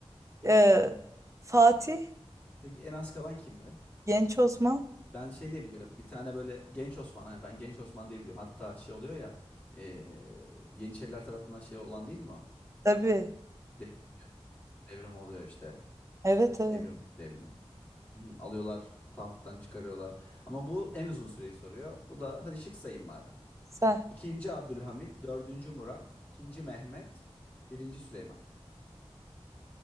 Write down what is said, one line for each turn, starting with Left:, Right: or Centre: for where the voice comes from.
Right: Ee, Fatih,
Left: Peki en az kalan kimdi?
Right: Genç Osman.
Left: Ben şey diye biliyorum. Bir tane böyle Genç Osman. Hani ben Genç Osman diye biliyorum. Hatta şey oluyor ya. ee, Yeniçeriler tarafından şey olan değil mi o?
Right: Tabii.
Left: Dev- Devrim oluyor işte.
Right: Evet evet.
Left: Evrim, devrim. Hı, Alıyorlar, tahttan çıkarıyorlar. Ama bu en uzun süreyi soruyor. Bu da hadi şık sayayım madem.
Right: Sen.
Left: İkinci Abdülhamit, dördüncü Murat, ikinci Mehmet, birinci Süleyman.